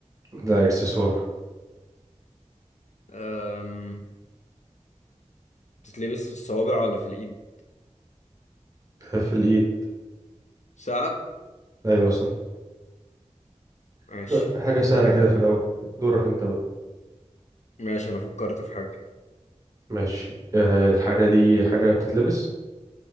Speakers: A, on the right (about 25°); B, on the left (about 70°).
A: ده إكسسوار
B: أم... بتتلبس في الصوابع ولا في الإيد؟
A: في الإيد
B: ساعة؟
A: أيوة صح
B: ماشي
A: حلو حاجة سهلة
B: آه
A: كده في الأول دورك أنت بقى
B: ماشي أنا فكرت في حاجة
A: ماشي أه الحاجة دي حاجة بتتلبس